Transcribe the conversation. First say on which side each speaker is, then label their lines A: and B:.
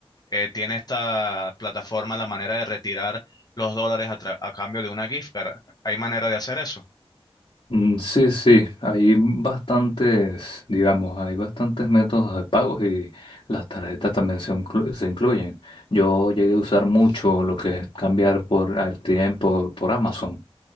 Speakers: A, on the left; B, on the left.
A: eh, tiene esta plataforma la manera de retirar los dólares a, tra- a cambio de una gift card. ¿Hay manera de hacer eso?
B: Mm, Sí, sí, hay bastantes, digamos, hay bastantes métodos de pagos y las tarjetas también se, inclu- se incluyen. Yo llegué a usar mucho lo que es cambiar por RTM, por, por Amazon